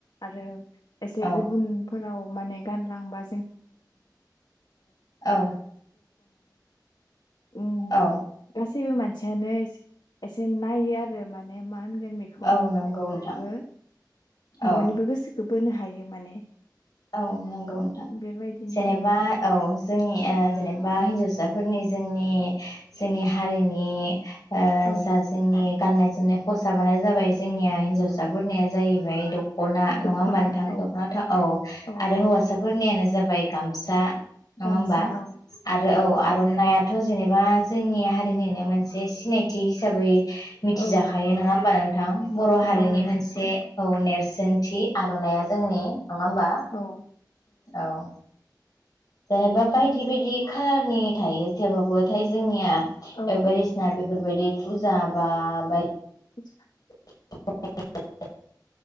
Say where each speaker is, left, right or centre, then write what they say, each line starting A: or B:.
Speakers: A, on the left; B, on the left.
A: आरो एसे
B: औ
A: गुबुनफोराव माने गानलांबा
B: औ
A: उम
B: औ
A: गासैबो मानसियानो एसे नायो आरो माने मा होनगोन बेखौ
B: औ नंगौ नोंथां
A: बयबो
B: औ
A: बयनिबो गोसो होबोनो हायो माने
B: औ नंगौ नोंथां
A: बेबायदिनो
B: जेनेबा औ जोंनि जेनेबा हिन्जावसाफोरनि जोंनि जोंनि हारिनि ओ
A: औ
B: जा जोंनि गाननाय जोमनाय खसाबानो जाबाय जोंनिया हिनजावसाफोरनिया जाहैबाय द दखना नङा
A: दख'ना
B: होमबा नोंथां
A: औ
B: दखानाथ औ
A: औ
B: आरो हौवासाफोरनियानो जाबाय गामसा नङा
A: गामसा
B: होमबा
A: औ
B: आरो औ आर'नायइ दाथ' जेनेबा जोंनि हारिनिनो मोनसे सिनायथि हिसाबै मिथिजाखायो
A: औ
B: नङा हबा नोंथां बर'
A: औ
B: हारिनि
A: औ नोंथां
B: मोनसे औ नेरसोन नेरसनथि आर'नाइा जोंनि नङा होमबा
A: औ
B: औ जाहैबा बायदि बायदि खाालारनि थायो जेबाबो थायो जोंनिया
A: औ
B: बायदिसिना बेफोरबायदि फुजा बा बाय
A: <unintelligible>
B: <unintelligible>